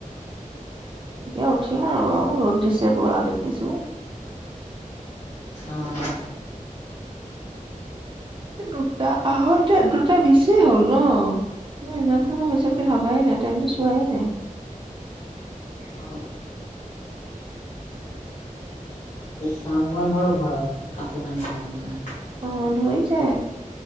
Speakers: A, on the right; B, on the left.
A: এতিয়া উঠিম আৰু বাৰু, ৰ'দ দিছে পুৰা দেখিছোঁ।
B: অ'।
A: দুটা আঢ়ৈটা দুটা বিচে হ'ল ন', মই ইমান সময় হৈছে বুলি ভাবাই নাই, টাইমটো চোৱাই নাই।
B: অ', চংগল হ'ল ঘৰত, কাপোৰ কানি ধোৱা-মেলা।
A: অঁ ধৰিছে,